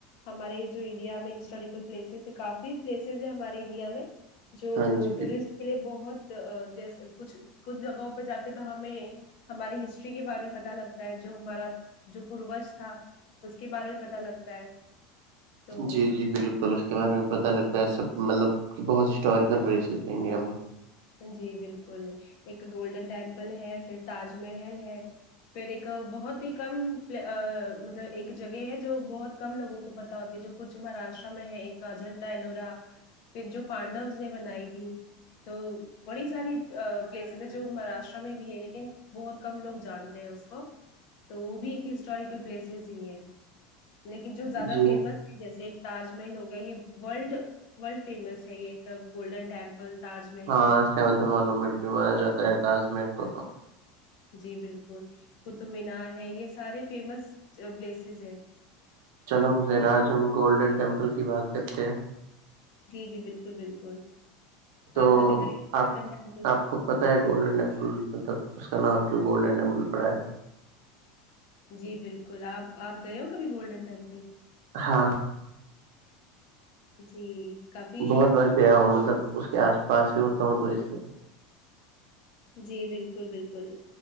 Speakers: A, on the left; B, on the right.
A: ہمارے جو انڈیا میں ہسٹوریکل پلیسز ہے کافی پلیسز ہے ہمارے انڈیا میں جو
B: ہاں جی
A: ٹورسٹ کے لیے بہت جیس کچھ کچھ جگہوں پہ جا کے تو ہمیں ہماری ہسٹری کے بارے میں پتہ لگتا ہے جو ہمارا جو پوروش تھا اس کے بارے میں پتہ لگتا ہے تو
B: جی جی بالکل اس کے بارے میں پتہ لگتا ہے سب مطلب کہ بہت ہسٹوریکل پلیسز ہیں انڈیا میں
A: جی بالکل ایک گولڈن ٹپل ہے پھر تاج محل ہے پھر ایک بہت ہی کم مطلب ایک جگہ ہے جو بہت کم لوگوں کو پتا ہوتی ہے جو کچھ مہاراشٹرا میں ہے ایک اجنتا ایلوورا پھر جو پانڈوز نے بنائی تھی تو بڑی ساری پلیسز ہے جو مہاراشٹرا میں بھی ہے لیکن بہت کم لوگ جانتے ہیں اس کو تو وہ بھی ایک ہسٹوریکل پلیسز ہی ہیں لیکن جو زیادہ
B: جی
A: فیمس جیسے ایک تاج محل ہوگا یہ ورلڈ ورلڈ فیمس ہے یہ گولڈن ٹیمپل تاج محل
B: ہاں سیونتھ مونومنٹ بھی مانا جاتا ہے تاج محل کو تو
A: جی بالکل قطب مینار ہے یہ سارے فیمس پلیسز ہے
B: چلو پھر آج ہم گولڈن ٹیمپل کی بات کرتے ہیں
A: جی جی بالکل بالکل
B: تو
A: آپ کبھی گئے ہو
B: آپ
A: گولڈن ٹیمپل
B: آپ کو پتاہ ہے گولڈن ٹیمپل مطلب اس کا نام کیوں گولڈن ٹیمپل پڑا ہے
A: جی بالکل آپ آپ گئے ہو کبھی گولڈن ٹیمپل
B: ہاں
A: جی کافی
B: بہت بار گیا ہوں مطلب اس کے آس پاس ہی ہوتا ہوں تو اس لیے
A: جی بالکل بالکل